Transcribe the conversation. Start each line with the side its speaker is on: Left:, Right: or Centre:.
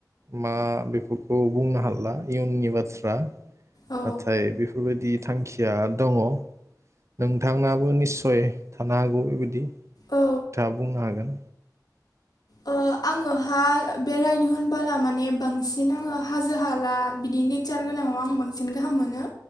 Right: मा बेफोरखौ बुंनो हाला इयुननि बा थ्रा
Left: औ
Right: नाथाय बेफोरबायदि थांखिया दङ। नोंथांनाबो निस य थानो हागौ बेबायदि नोंथांया
Left: औ
Right: बुंनो हागोन।
Left: ओ आङोहा बेरायनो होनबोला माने बांसिन आङो हाजो हाला बिदि नेचार गोनांङाव आं बांसिन गाहाम मोनो।